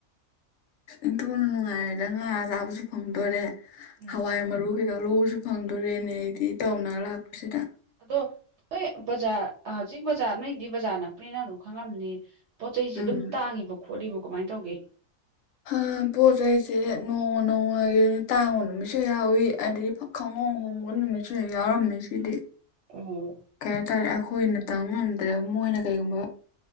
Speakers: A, on the left; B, on the right.
A: ꯏꯟꯊꯣꯛꯅ ꯅꯨꯡꯉꯥꯏꯔꯦꯗ ꯉꯥ ꯆꯥꯕꯁꯨ ꯐꯪꯗꯣꯔꯦ
B: ꯎꯝ
A: ꯍꯋꯥꯏ ꯃꯔꯨ ꯀꯩꯀꯥ ꯂꯧꯕꯁꯨ ꯐꯪꯗꯣꯔꯦꯅꯦ ꯑꯩꯗꯤ ꯏꯇꯥꯎ ꯃꯅꯥꯛ ꯂꯥꯛꯄꯁꯤꯗ
B: ꯑꯗꯣ ꯍꯣꯏ ꯕꯖꯥꯔ ꯍꯧꯖꯤꯛ ꯕꯖꯥꯔ ꯅꯣꯏꯗꯤ ꯕꯖꯥꯔ ꯅꯛꯄꯅꯤꯅ ꯑꯗꯨꯝ ꯈꯪꯉꯝꯅꯤ ꯄꯣꯠ ꯆꯩꯁꯤ
A: ꯎꯝ
B: ꯑꯗꯨꯝ ꯇꯥꯡꯉꯤꯕꯣ ꯈꯣꯠꯂꯤꯕꯣ ꯀꯃꯥꯏ ꯇꯧꯒꯦ
A: ꯍꯥ ꯄꯣꯠ ꯆꯩꯁꯦ ꯅꯣꯡꯃ ꯅꯣꯡꯃꯒꯤ ꯇꯥꯡꯕ ꯅꯨꯃꯤꯠꯁꯨ ꯌꯥꯎꯋꯤ ꯑꯗꯒꯤ ꯈꯪꯍꯣꯡ ꯍꯣꯡꯕ ꯅꯨꯃꯤꯠꯁꯨ ꯍꯦꯛ ꯌꯥꯎꯔꯝꯃꯤ ꯁꯤꯗꯤ
B: ꯑꯣ
A: ꯀꯩꯅꯣ ꯇꯧꯔꯦ ꯑꯩꯈꯣꯏꯅ ꯇꯝꯕ ꯉꯝꯗ꯭ꯔꯦ ꯃꯣꯏꯅ ꯀꯩꯒꯨꯝꯕ